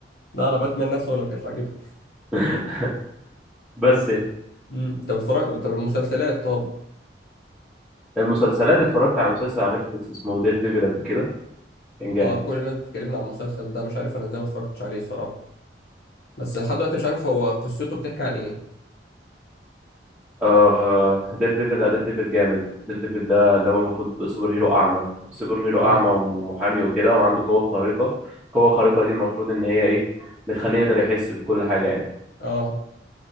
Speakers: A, on the left; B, in the centre.
A: لا أنا باتمان نفسه هو اللي ما كانش عاجبني
B: <laughs> بس يعني.
A: مم. أنت بتتفرج طب المسلسلات طب
B: المسلسلات اتفرجت على مسلسل على نتفليكس اسمه دير ديفل قبل كده كان جامد
A: أه كل الناس بتكلمنا عن المسلسل ده مش عارف أنا إزاي ما اتفرجتش عليه الصراحة بس لحد دلوقتي مش عارف هو قصته بتحكي عن إيه
B: آه دير ديفل لا دير ديفل جامد دير ديفل ده اللي هو المفروض سوبر هيرو اعمى سوبر هيرو
A: مم.
B: اعمى ومحامي وكده وعنده قوة خارقة القوة الخارقة دي المفروض ان هي ايه بتخليه يقدر يحس بكل حاجة يعني
A: أه